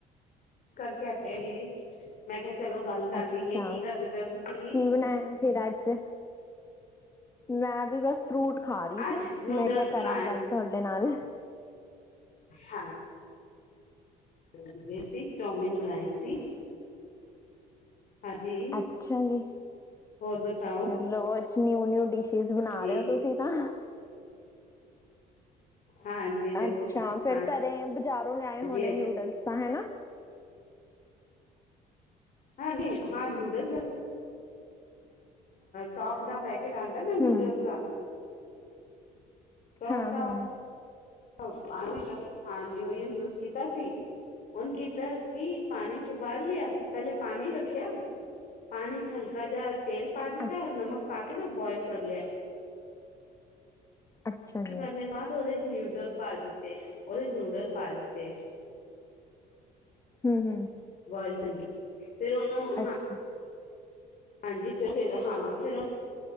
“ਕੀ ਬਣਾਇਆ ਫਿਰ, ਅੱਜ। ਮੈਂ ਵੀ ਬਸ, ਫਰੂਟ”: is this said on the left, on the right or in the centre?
Left